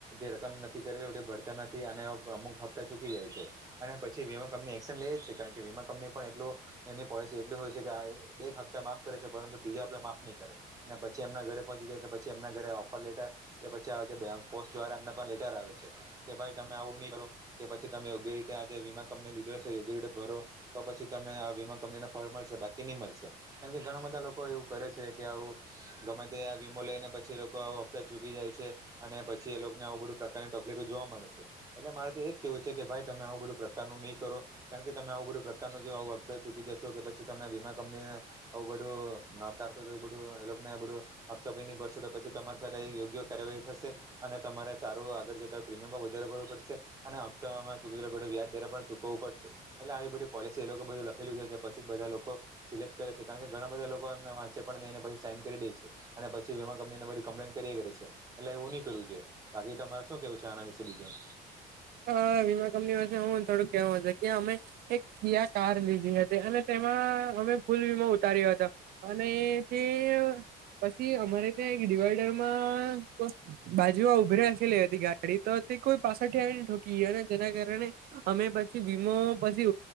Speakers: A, on the right; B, on the right.
A: જે નક્કી કરે એ ભરતા નથી અને અમુક હપ્તા ચૂકી જાય છે. અને પછી વીમા કંપની એક્શન લઈ જ છે કારણ કે વીમા કંપની પણ એટલું એની પોલિસી એટલી હોય છે કે આ એક હપ્તા માફ કરે છે પરંતુ ત્રીજા હપ્તા માફ નહીં કરે. અને પછી એમના ઘરે પહોંચી જાય કે પછી એમના ઘરે ઓફર લેટર કે પછી પોસ્ટ દ્વારા એમ લેટર આવે છે કે ભાઈ તમે આવું નહીં કરો કે પછી તમે યોગ્ય રીતે આજે વીમા કંપની લીધો છે એ યોગ્ય રીતે ભરો. તો પછી તમે આ વીમા કંપનીને ફળ મળશે બાકી નહીં મળશે. કેમ કે ઘણા બધા લોકો એવું કરે છે કે આવું ગમે તે વીમો લઈ ને પછી એ લોકો આવું હપ્તા ચૂકી જાય છે અને પછી એ લોકોને આવું બધું પ્રકારની તકલીફો જોવા મળે છે એટલે મારે તો એ જ કેહેવું છે કે ભાઈ તમે આવું બધું પ્રકારનું નહીં કરો કારણ કે તમે આવું બધું પ્રકારનું જે આવું <unintelligible> ચૂકી જશો કે પછી તમે વીમા કંપનીને આવું બધું નકાર બધું એ ને બધું હપ્તો ની ભરસો તો પછી તમારી સાથે યોગ્ય કાર્યવાહી થશે અને તમારે સારું આગળ જતા પ્રીમિયમ પણ વધારે કરવું પડશે અને હપ્તામાં વ્યાજ દ્વારા પણ ચૂકવું પડશે. એટલે આવી બધી પોલિસી એ લોકો બધું લખેલું છે પછી બધા લોકો સિલેક્ટ કરે છે કારણ કે ઘણા બધા લોકો એમને વાંચે પણ નહીં પછી સાઈન કરી દે છે. અને પછી વીમા કંપની ને વરી કમ્પ્લેન કયા કરે છે એટલે એવું નહીં કરવું જોઈએ. બાકી તમારે શું કેવું છે આના વિશે બીજું?
B: હા વીમા કંપની વિશે હું થોડુંક કેહેવું છે કે અમે એક કિયા કાર લીધી હતી અને તેમાં અમે ફૂલ વીમો ઉતાર્યો હતો અને તે પછી અમારે ત્યાં એક ડિવાઈડરમાં બાજુમાં ઉભરી રાખેલી હતી ગાડી તો તે કોઈ પાછળથી આવીને ઠોકી ગયા ને જેના કારણે અમે પછી વીમો પછી